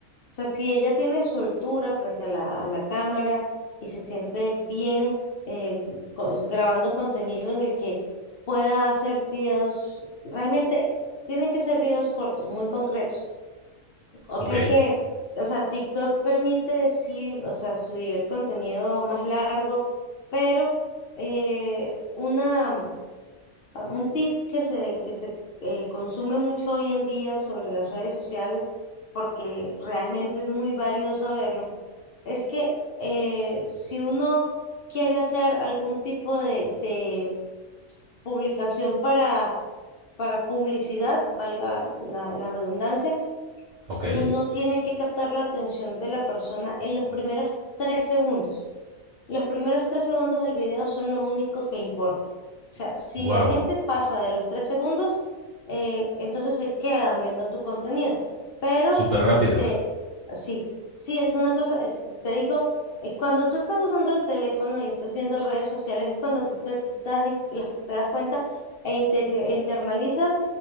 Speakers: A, on the left (about 55°); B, on the right (about 75°).
A: sea, si ella tiene soltura frente a la, a la cámara y se siente bien eh, co- grabando contenido en el que pueda hacer videos, realmente tienen que ser videos cortos, muy concretos. Ok,
B: Ok,
A: que, o sea, TikTok permite, sí, o sea, subir contenido más largo, pero eh, una... Ah, Un tip que se, que se eh, consume mucho hoy en día sobre las redes sociales, porque realmente es muy válido saberlo, es que eh, si uno quiere hacer algún tipo de, de publicación para, para publicidad, valga la, la redundancia,
B: ok.
A: uno tiene que captar la atención de la persona en los primeros tres segundos. Los primeros tres segundos del video son los únicos que importan. O sea, si
B: Wow,
A: la gente pasa de los tres segundos, eh, entonces se quedan viendo tu contenido. Pero,
B: súper rápido.
A: este, sí, sí, es una cosa, es- te digo, eh, cuando tú estás usando el teléfono y estás viendo redes sociales, es cuando tú te das, en- las- te das cuenta e interi- e internalizas